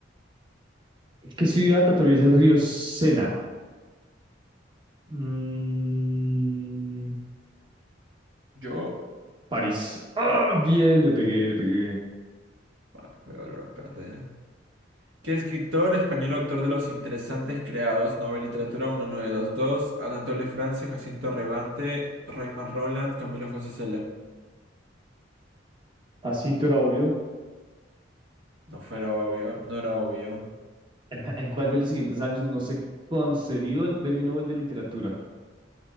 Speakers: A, on the right (about 25°); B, on the right (about 75°).
A: ¿Qué ciudad atraviesa el río Sena? Mm,
B: Yo...
A: París. Ah, bien, le pegué, le pegué.
B: ah, me voy a volver a perder. ¿Qué escritor español autor de los interesantes creados? Nobel Literatura 1922, Anatole France, Jacinto Rebante, Raymond Roland, Camilo José Cela.
A: Jacinto era obvio.
B: No fuera obvio, no era obvio.
A: <laughs> ¿En cuál de los siguientes años no se concedió el Premio Nobel de Literatura?